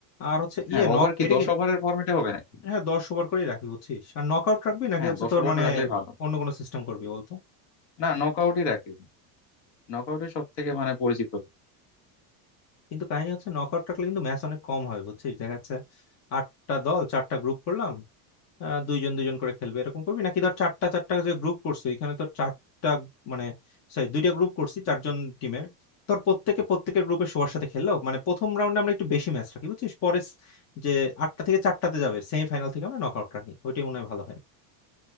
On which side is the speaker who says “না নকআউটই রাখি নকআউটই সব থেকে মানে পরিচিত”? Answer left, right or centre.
Left